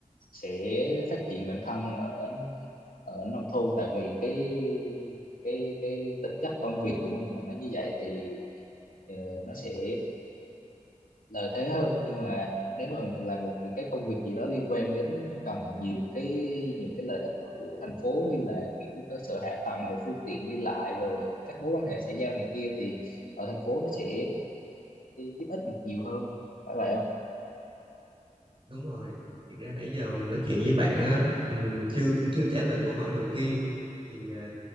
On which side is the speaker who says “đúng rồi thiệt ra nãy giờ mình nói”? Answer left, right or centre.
Right